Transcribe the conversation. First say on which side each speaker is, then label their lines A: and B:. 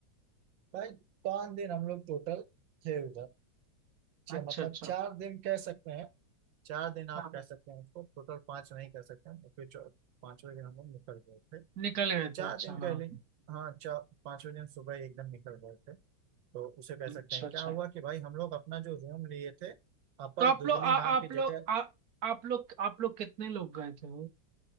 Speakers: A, on the right (about 80°); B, on the right (about 60°).
A: भाई पाँच दिन हम लोग टोटल थे उधर च-
B: अच्छा
A: मतलब
B: अच्छा
A: चार दिन कह सकते हैं चार दिन आप
B: हाँ
A: कह
B: हाँ।
A: सकते हैं उसको टोटल पांच नहीं कह सकते हैं क्योंकि चौ- पांचवें दिन हम लोग निकल गए थे
B: निकल गए
A: चार
B: थे अच्छा
A: दिन पहले
B: हाँ
A: हाँ चार पांचवें दिन सुबह एकदम निकल गए थे तो उसे कह सकते
B: अच्छा
A: हैं
B: अच्छा
A: क्या हुआ कि भाई हम लोग अपना जो रूम लिए थे अपर
B: तो आप
A: दुदली
B: लोग आ-
A: नाम
B: आप
A: की जगह
B: लोग आ- आप लोग आप लोग कितने लोग गए थे